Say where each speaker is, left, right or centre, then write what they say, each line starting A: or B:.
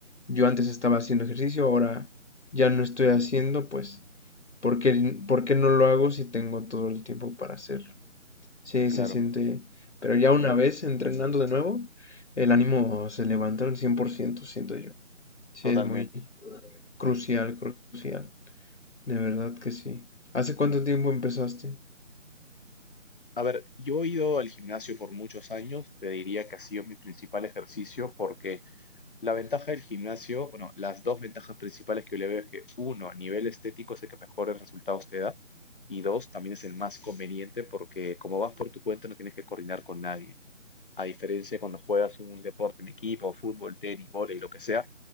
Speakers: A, on the left (about 60°); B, on the left (about 40°).
A: yo antes estaba haciendo ejercicio, ahora ya no estoy haciendo, pues, ¿por qué, por qué no lo hago si tengo todo el tiempo para hacerlo? Sí,
B: Claro,
A: se siente, pero ya una vez entrenando de nuevo, el ánimo se levanta al 100% siento yo. Sí,
B: totalmente.
A: es muy crucial, crucial, de verdad que sí. ¿Hace cuánto tiempo empezaste?
B: A ver, yo he ido al gimnasio por muchos años, te diría que ha sido mi principal ejercicio porque La ventaja del gimnasio, bueno, las dos ventajas principales que yo le veo es que uno, a nivel estético es el que mejores resultados te da y dos, también es el más conveniente porque como vas por tu cuenta no tienes que coordinar con nadie. A diferencia de cuando juegas un deporte en equipo, fútbol, tenis, vóley, lo que sea,